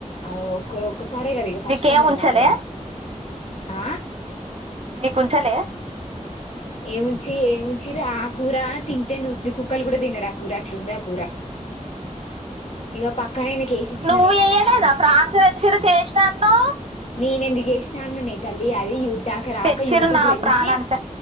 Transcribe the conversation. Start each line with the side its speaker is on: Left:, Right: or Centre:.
Left: ఆ ఒక్కరొకరు సరే కదా ఇక ఫస్ట్
Right: నీకేం
Left: టైం కదా
Right: ఉంచలే
Left: రావడం ఆ
Right: నీకు ఉంచలే
Left: ఏముంచి ఏమి ఉంచిర్రు ఆ కూర తింటే నుత్తి కుక్కలు కూడా తినరు ఆ కూర అట్లుంది ఆ కూర ఇక పక్కన ఆయనకు కేసి ఇచ్చిన
Right: నువ్వు
Left: నేను
Right: వేయలేదా
Left: ఆయన నాలు
Right: ఫ్రాన్స్ తెచ్చిరు చేసినాను
Left: నేనెందుకు ఏషిన్నాను నీ తల్లి అది యూట్యూబ్ దాక రాక
Right: తెచ్చిరు
Left: యూట్యూబ్
Right: నా
Left: లో చూసి
Right: ప్రాణానికి